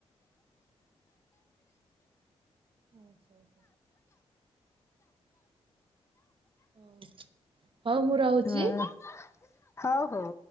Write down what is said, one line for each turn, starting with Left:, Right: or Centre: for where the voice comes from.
Right: ଆଚ୍ଛା ଆଚ୍ଛା ହଉ, ହଉ ମୁଁ ରହୁଛି।
Left: ହୁଁ ହଉ ହଉ।